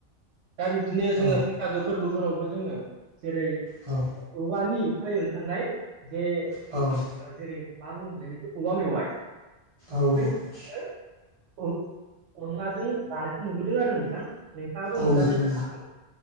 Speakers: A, on the right; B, on the right.
A: दा बिब्दिनो जोङो
B: औ
A: बैसागो फोरबोफोरावबो जोङो जेरै
B: औ।
A: औवानिफ्राय ओंखारनाय जे
B: औ।
A: ओ जेरै मा बुङोमोनलाय नोखौ औवा मेवाइ।
B: औ
A: बै जोङो ओ अनलाजों जानायखौ नुबोदों आरो नोंथां। नोंथाङाबो
B: औ
A: मोनजाबाय
B: नोंथां
A: जानो हागौ।